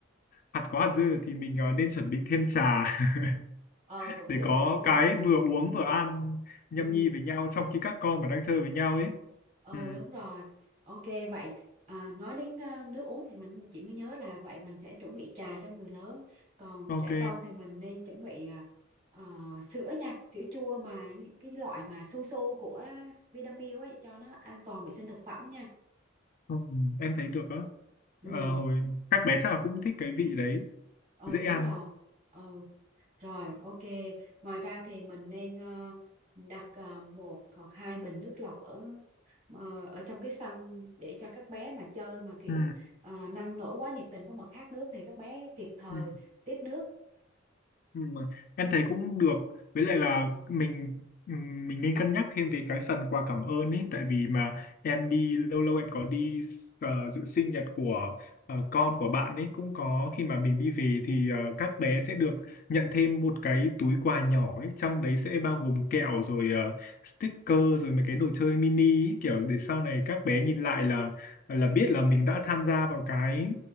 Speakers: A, on the left (about 45°); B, on the right (about 35°).
A: hạt có hạt dưa thì mình ờ, nên chuẩn bị thêm trà <laughs>
B: ờ cũng
A: để
B: được
A: có
B: cũng đúng
A: cái vừa uống vừa ăn nhâm
B: ừ,
A: nhi với nhau trong khi các con mà đang chơi với nhau ấy.
B: ờ
A: Ừ,
B: đúng rồi ok vậy à, nói đến à, nước uống thì mình chị mới nhớ là vậy mình sẽ chuẩn bị trà cho người lớn còn
A: ok,
B: trẻ con thì mình nên chuẩn bị à, ờ, sữa nha sữa chua mà cái loại mà su su của Vinamilk ấy cho nó an toàn vệ sinh thực phẩm nha
A: ừ, em thấy được á.
B: ừ
A: Ờ, hồi các bé chắc là cũng thích cái vị đấy,
B: ờ
A: dễ
B: đúng
A: ăn.
B: rồi ờ Rồi, ok. Ngoài ra thì mình nên ờ, đặt ờ, một hoặc hai bình nước lọc ở ờ, ở trong cái sân để cho các bé mà chơi mà kiểu
A: Ừ,
B: ờ, năng nổ quá nhiệt tình quá mà khát nước thì các bé kịp thời
A: ừ.
B: tiếp nước.
A: Ừ, mà em thấy cũng được với lại là mình ừm, mình nên cân nhắc thêm về cái phần quà cảm ơn ấy tại vì mà em đi lâu lâu em có đi ờ, dự sinh nhật của ờ, con của bạn ấy cũng có khi mà mình đi về thì ờ, các bé sẽ được nhận thêm một cái túi quà nhỏ ấy trong đấy sẽ bao gồm kẹo rồi ờ, sticker rồi mấy cái đồ chơi mini ấy, kiểu để sau này các bé nhìn lại là là biết là mình đã tham gia vào cái